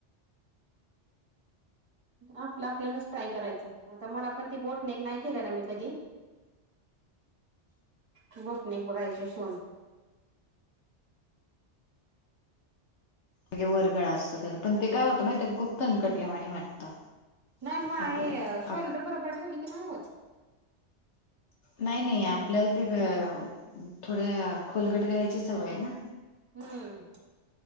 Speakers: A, on the right; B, on the left.
A: आपलं आपल्यालाच ट्राय करायचं, आता मला पण ती बोटनेक नाही केला ना मी कधी. बोटनेक बघायचे शिवून.
B: हे वर गळा असतो तेज, पण काय होतं माहिती आहे का खूप तनकटल्यावाणी वाटतं.
A: नाही म
B: आपल्याला.
A: हे शोल्डर बरोबर ठेवली की नाही होत.
B: नाही नाही आपल्याला पण भी थोड्या खोलगट गळयाची सवय आहे ना.
A: हम्म